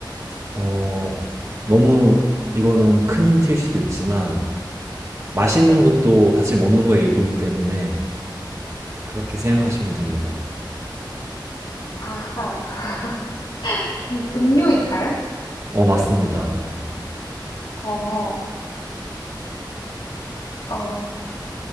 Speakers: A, on the right; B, on the left.
A: 어,
B: 네,
A: 너무 이거는 큰 힌트일 수도 있지만 맛있는
B: 네,
A: 것도 사실 먹는 거의 일부이기 때문에 그렇게 생각하시면
B: 네.
A: 됩니다.
B: 아하, <laughs> 음, 음료인가요?
A: 어, 맞습니다.
B: 어, 어,